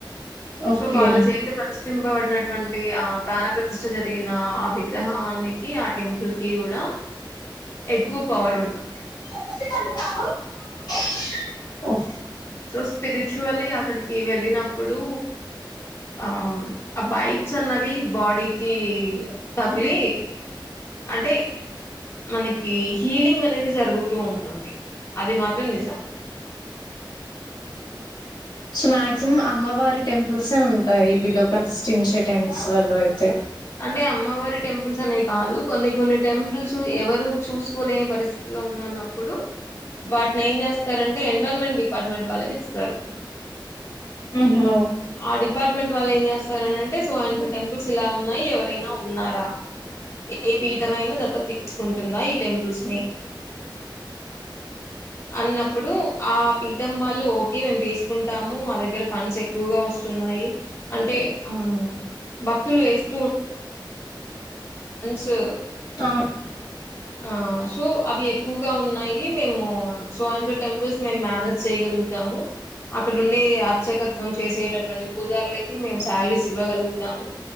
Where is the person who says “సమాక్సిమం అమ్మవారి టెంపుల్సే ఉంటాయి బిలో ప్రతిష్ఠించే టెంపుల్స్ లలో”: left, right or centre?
Left